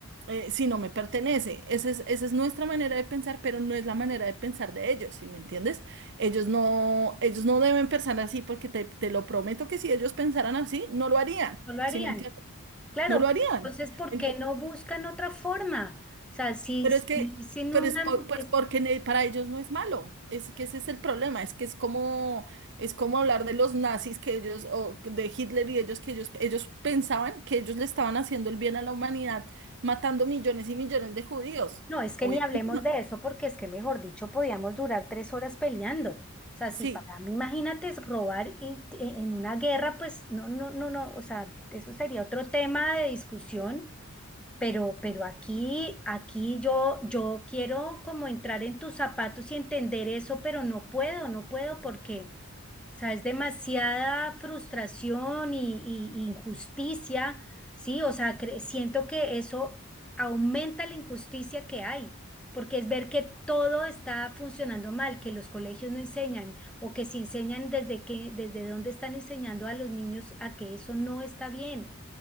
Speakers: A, on the right (about 50°); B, in the centre.
A: eh, si no me pertenece. Esa es, esa es nuestra manera de pensar, pero no es la manera de pensar de ellos, ¿sí me entiendes? Ellos no, ellos no deben pensar así porque te, te lo prometo que si ellos pensaran así, no lo harían.
B: <laughs> no lo harían.
A: ¿Sí me entiendes?
B: Claro,
A: No lo
B: pero
A: harían.
B: entonces, ¿por
A: Ent-
B: qué no buscan otra forma? O sea, si,
A: pero
B: si,
A: es que,
B: sin
A: pero
B: una...
A: es por- pues
B: es-
A: porque ne- para ellos no es malo. Es que ese es el problema. Es que es como, es como hablar de los nazis que ellos, o de Hitler y ellos que ellos, ellos pensaban que ellos le estaban haciendo el bien a la humanidad, matando millones y millones de judíos.
B: no, es que
A: Obviamente
B: ni hablemos
A: no.
B: de eso porque es que, mejor dicho, podíamos durar tres horas peleando. O sea,
A: Sí,
B: si para mí, imagínate, es robar y- e- en una guerra, pues no, no, no, no, o sea, eso sería otro tema de discusión, pero, pero aquí, aquí yo, yo quiero como entrar en tus zapatos y entender eso, pero no puedo, no puedo porque... O sea, es demasiada frustración y, y- y injusticia, ¿sí? O sea, cre- siento que eso aumenta la injusticia que hay, porque es ver que todo está funcionando mal, que los colegios no enseñan o que si enseñan desde que, desde dónde están enseñando a los niños a que eso no está bien,